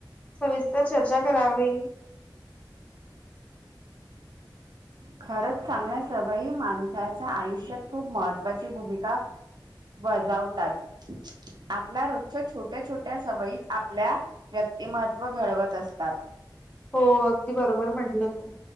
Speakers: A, on the left; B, on the right.
A: सविस्तर चर्चा करावी.
B: खरंच चांगल्या सवयी माणसाच्या आयुष्यात खूप महत्त्वाची भूमिका बजावतात. आपल्या रोजच्या छोट्या छोट्या सवयीच आपल्या व्यक्तिमत्त्व घडवत असतात.
A: हो अगदी बरोबर म्हंटलं तू